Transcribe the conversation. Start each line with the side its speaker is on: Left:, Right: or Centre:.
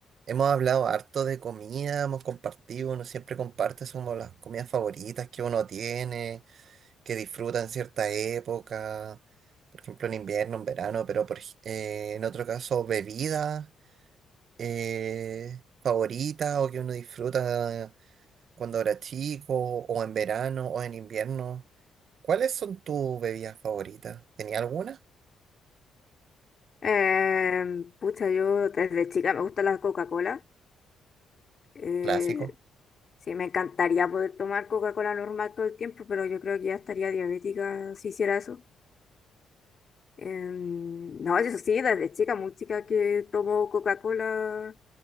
Right: Hemos hablado harto de comida, hemos compartido, uno siempre comparte somos las comidas favoritas que uno tiene, que disfruta en cierta época, por ejemplo en invierno, en verano, pero por, ej- eh, en otro caso bebidas eh, favoritas o que uno disfruta cuando era chico, o en verano, o en invierno. ¿Cuáles son tus bebidas favoritas? ¿Tenía alguna?
Left: Em, pucha, yo desde chica me gusta la Coca-Cola. Eh,
Right: Clásico,
Left: sí, me encantaría poder tomar Coca-Cola normal todo el tiempo, pero yo creo que ya estaría diabética si hiciera eso. Em, no, eso sí, desde chica, muy chica que tomo Coca-Cola,